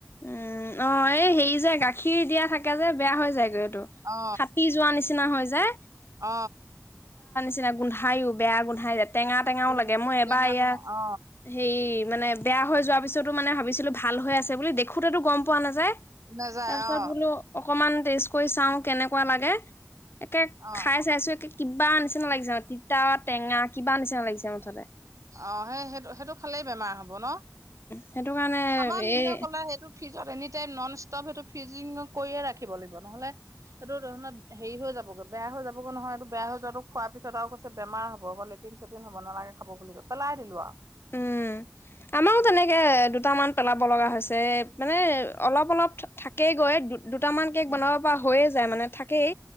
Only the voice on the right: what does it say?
অ
অ
গোন্ধ
টেঙা
টেঙা অ
নাযায়
অ
অ
অ সেই সেইটো সেইটো খালেই বেমাৰ হ'ব ন
আমাৰ ভিন্ন
কলাই সেইটো ফ্ৰিজত এনি টাইম নন ষ্টপ সেইটো ফ্ৰিজিং কৰিয়ে ৰাখিব লাগিব নহ'লে সেইটো ধৰনত হেৰি হৈ যাবগৈ বেয়া হৈ যাবগৈ নহয় এইটো বেয়া হৈ যাবটো খোৱাৰ পিছত আৰু কৈছে বেমাৰ হ'ব আকৌ লেটিন চেটিন হ'ব নালাগে খাব <unintelligible> আৰু।
উম।